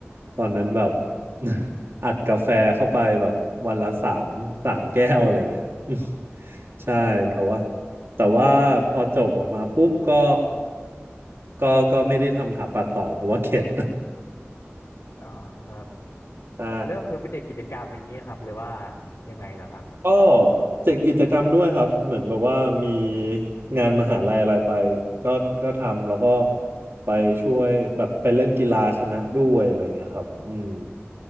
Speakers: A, on the right (about 60°); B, on the left (about 70°).
A: ตอนนั้นแบบ <laughs> อัดกาแฟเข้าไปแบบวันละสามสามแก้วอะไรเงี้ย <laughs> ใช่แต่ว่าแต่ว่าพอจบออกมาปุ๊บก็ก็ก็ไม่ได้ทำถาปัดต่อเพราะว่าเข็ด
B: อ๋อครับ
A: <laughs> ใช่
B: แล้วก็คือเป็นเด็กกิจกรรมอะไรอย่างงี้นะครับหรือว่ายังไงเหรอครับ
A: ก็เจ็ดกิจกรรมด้วยครับเหมือนแบบว่ามีงานมหาลัยอะไรไปก็ก็ทำแล้วก็ไปช่วยแบบไปเล่นกีฬาคณะด้วยอะไรเงี้ยครับอืม